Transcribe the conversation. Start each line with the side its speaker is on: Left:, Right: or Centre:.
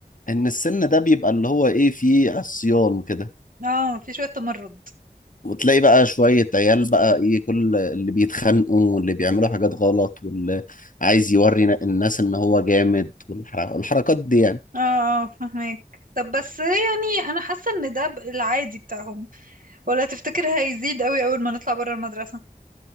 Left: ان السن ده بيبقى اللي هو ايه فيه عصيان كده
Right: اه في شوية تمرد
Left: وتلاقي بقى شوية عيال بقى ايه كل اللي بيتخانقوا واللي بيعملوا حاجات غلط واللي عايز يوري ن- الناس ان هو جامد والحرا- والحركات دي يعني
Right: اه اه فهمك طب بس يعني انا حاسه ان ده ب- العادي بتاعهم ولا تفتكر هيزيد قوي اول ما نطلع بره المدرسه